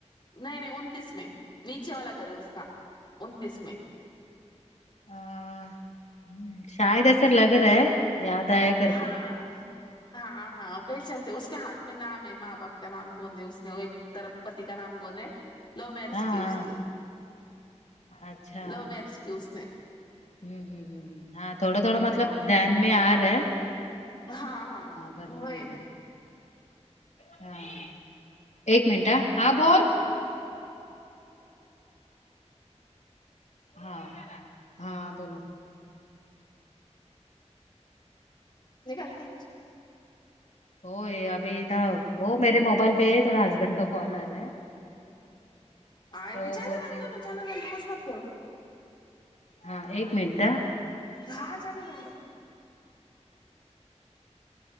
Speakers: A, on the left (about 40°); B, on the left (about 70°).
A: نہیں نہیں انتیس میں نیچے والا گھر ہے اس کا انتیس میں
B: ا ہ شاید ایسا لگ رہا ہے یاد آ یا
A: ہاں ہاں ہاں پہچانتے اس کا ہاتھ میں نام ہے ماں باپ کا نام گوند دے اس نے اور ایک طرف پتی کا نام گوند ہے لو میرج
B: ہاں
A: کی اس نے
B: اچھا
A: لو میرج کی اس نے
B: ہوں ہوں ہ ہ ہاں تھوڑا تھوڑا مطلب دھیان میں آ رہا ہے
A: ہاں ہاں
B: برابر
A: وہی
B: بولے
A: نا
B: ہاں ایک منٹ آ ہاں بول ہاں ہاں بولو
A: نکال نکال اسکو
B: ہو یہ ابھی نہ وہ میرے موبائل پہ ہی تھوڑا ہسبینڈ کا کال آ رہا ہے
A: آئی
B: تو
A: کیا
B: وہ
A: چلو
B: بول
A: رہدونا
B: رہے
A: چلو رہو کچھ مت کرو
B: ہاں ایک منٹ آں
A: ہاں چلو رہیندو